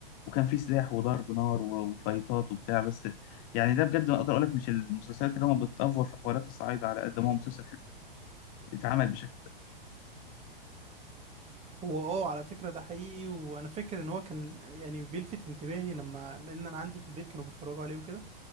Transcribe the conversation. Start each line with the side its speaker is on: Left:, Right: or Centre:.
Left: وكان في سلاح وضرب نار و... وفايتات وبتاع بس يعني ده بجد ما اقدر اقول لك مش المسلسلات اللي هم بتأفور في حوارات الصعايدة على قد ما هو مسلسل حلو اتعمل بشكل حلو
Right: هو اه على فكرة ده حقيقي وانا فاكر ان هو كان يعني بيلفت انتباهي لما لان انا عندي في البيت كانوا بيتفرجوا عليه وكده